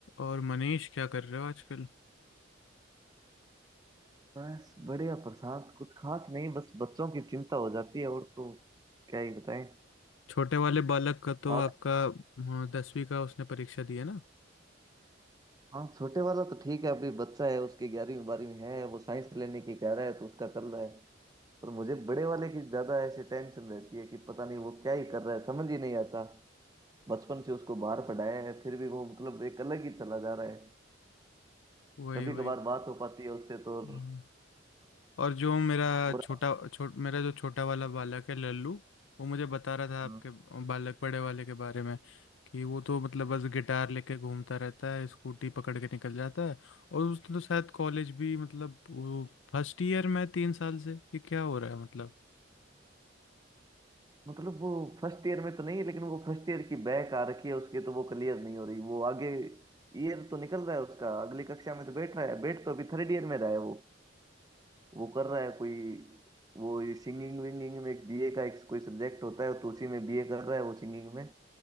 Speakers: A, on the left; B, on the right.
A: और मनीष क्या कर रहे हो आजकल
B: बस बढ़िया प्रशांत कुछ खास नहीं बस बच्चों की चिंता हो जाती है और तो क्या ही बताएं
A: छोटे वाले बालक का तो
B: हाँ
A: आपका हाँ, दसवीं का उसने परीक्षा दी है ना
B: हाँ छोटे वाला तो ठीक है अभी बच्चा है उसके ग्यारहवीं बारहवीं है वो साइंस लेने की कह रहा है तो उसका कर रहा है पर मुझे बड़े वाले की ज्यादा ऐसी टेंशन रहती है कि पता नहीं वो क्या ही कर रहा है समझ ही नहीं आता बचपन से उसको बाहर पढ़ाया है फिर भी वो मतलब एक अलग ही चला जा रहा है
A: वही
B: कभी
A: वही
B: कभार बात हो पाती है उससे तो
A: हाँ। और जो मेरा
B: और
A: छोटा छो, मेरा जो छोटा वाला बालक है लल्लू वो मुझे बता रहा था आपके
B: और-
A: बालक बड़े वाले के बारे में कि वो तो मतलब बस गिटार लेके घूमता रहता है स्कूटी पकड़ के निकल जाता है और उसने तो शायद कॉलेज भी मतलब वो फर्स्ट ईयर में है तीन साल से ये क्या हो रहा है मतलब
B: मतलब वो फर्स्ट ईयर में तो नहीं है लेकिन वो फर्स्ट ईयर की बैक आ रखी है उसके तो वो क्लियर नहीं हो रही वो आगे ईयर तो निकल रहा है उसका अगली कक्षा में तो बैठ रहा है बैठ तो अभी थर्ड ईयर में रहा है वो वो कर रहा है कोई वो सिंगिंग विंगिंग में एक बीए का एक कोई सब्जेक्ट होता है तो उसी में बीए कर रहा है वो सिंगिंग में